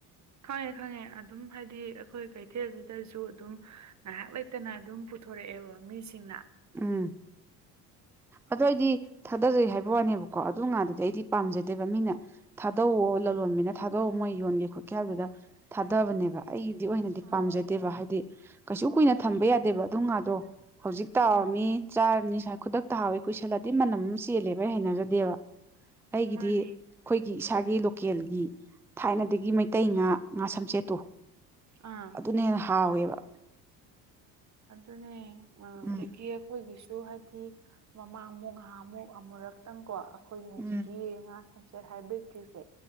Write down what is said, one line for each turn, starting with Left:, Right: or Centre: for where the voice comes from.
Right: ꯈꯪꯉꯦ ꯈꯪꯉꯦ ꯑꯗꯨꯝ ꯍꯥꯏꯗꯤ ꯑꯩꯈꯣꯏ ꯀꯩꯊꯦꯜꯁꯤꯗꯁꯨ ꯑꯗꯨꯝ ꯉꯥꯏꯍꯥꯛ ꯂꯩ ꯐꯠꯇꯅ ꯑꯗꯨꯝ ꯄꯨꯊꯣꯔꯛꯑꯦꯕ ꯃꯤꯁꯤꯡꯅ
Centre: ꯎꯝ ꯑꯗꫭ ꯑꯩꯗꯤ ꯊꯥꯗꯖꯩ ꯍꯥꯏꯕ ꯋꯥꯅꯦꯕꯀꯣ ꯑꯗꯨ ꯉꯥꯗꯨꯗꯤ ꯑꯩꯗꯤ ꯄꯥꯝꯖꯗꯦꯕ ꯃꯤꯅ ꯊꯥꯗꯣꯛꯑꯣ ꯂꯂꯣꯟꯕꯤꯅ ꯊꯥꯗꯣꯛꯎ ꯃꯣꯏ ꯌꯣꯟꯒꯦ ꯈꯣꯠꯀꯦ ꯍꯥꯏꯗꯨꯗ ꯊꯥꯗꯕꯅꯦꯕ ꯑꯩꯗꯤ ꯑꯣꯏꯅꯗꯤ
Right: ꯑꯥ
Centre: ꯄꯥꯝꯖꯗꯦꯕ ꯍꯥꯏꯗꯤ ꯀꯩꯁꯨ ꯀꯨꯏꯅ ꯊꯝꯕ ꯌꯥꯗꯦꯕ ꯑꯗꯨꯝ ꯉꯥꯗꯣ ꯍꯧꯖꯤꯛ ꯇꯥꯎꯔꯅꯤ
Right: ꯑꯥ
Centre: ꯆꯥꯔꯅꯤ ꯁ꯭ꯋꯥꯏ ꯈꯨꯗꯛꯇ ꯇꯍꯥꯎꯋꯦ ꯀꯨꯏꯁꯜꯂꯗꯤ ꯃꯅꯝ ꯑꯃ ꯆꯦꯜꯂꯦꯕ ꯍꯩꯅꯖꯗꯦꯕ ꯑꯩꯒꯤꯗꯤ
Right: ꯃꯥꯅꯦ
Centre: ꯑꯩꯈꯣꯏꯒꯤ ꯏꯁꯥꯒꯤ ꯂꯣꯀꯦꯜꯒꯤ ꯊꯥꯏꯅꯗꯒꯤ ꯃꯩꯇꯩ ꯉꯥ ꯉꯥ ꯁꯝꯆꯦꯠꯇꯣ
Right: ꯑꯥ
Centre: ꯑꯗꯨꯅ ꯍꯦꯟꯅ ꯍꯥꯎꯋꯦꯕ
Right: ꯑꯗꯨꯅꯦ ꯑꯗꯒꯤ
Centre: ꯎꯝ
Right: ꯑꯩꯈꯣꯏꯒꯤꯁꯨ ꯍꯥꯏꯗꯤ ꯃꯃꯥꯡꯃꯨꯛ ꯉꯍꯥꯃꯨꯛ ꯑꯃꯨꯔꯛꯇꯪꯀꯣ ꯑꯩꯈꯣꯏꯒꯤ ꯍꯧꯖꯤꯛꯀꯤ
Centre: ꯎꯝ
Right: ꯉꯥ ꯁꯟꯁꯦꯠ ꯍꯥꯏꯕꯦꯛꯇꯔꯤꯁꯦ